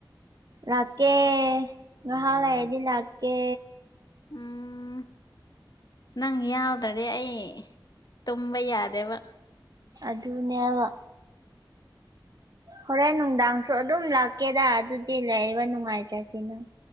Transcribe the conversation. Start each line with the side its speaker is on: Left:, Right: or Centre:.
Right: ꯂꯥꯛꯀꯦ ꯉꯜ ꯍꯥꯏꯗꯤ ꯂꯥꯛꯀꯦ
Left: ꯎꯝ ꯅꯪ ꯌꯥꯎꯗ꯭ꯔꯗꯤ ꯑꯩ ꯇꯨꯝꯕ ꯌꯥꯗꯦꯕ
Right: ꯑꯗꯨꯅꯦꯕ ꯍꯣꯔꯦꯟ ꯅꯨꯡꯗꯥꯡꯁꯨ ꯑꯗꯨꯝ ꯂꯥꯛꯀꯦꯗ ꯑꯗꯨꯗꯤ ꯂꯩꯕ ꯅꯨꯡꯉꯥꯏꯇ꯭ꯔꯗꯤ ꯅꯪ